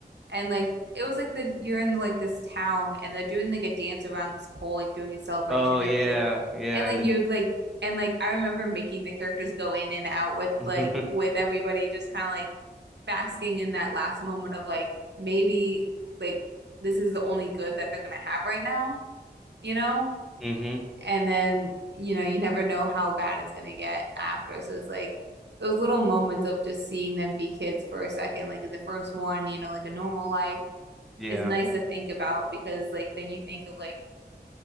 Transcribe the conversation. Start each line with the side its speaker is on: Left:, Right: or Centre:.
Right: And like it was like the you're in like this town and they're doing like a dance around this pole, like doing a celebration.
Centre: Oh yeah,
Right: It was like
Centre: yeah,
Right: and like
Centre: and
Right: you would like and like I remember making the characters go in and out with
Centre: the
Right: like with everybody just kind of like basking in that last moment of like maybe like this is the only good that they're gonna have right now, you know?
Centre: <laughs> hmm
Right: And then, you know, you never know how bad it's gonna get after. So it's like those little moments of just seeing them be kids for a second, like in the first one, you know, like a normal life
Centre: yeah.
Right: is nice to think about because like then you think of like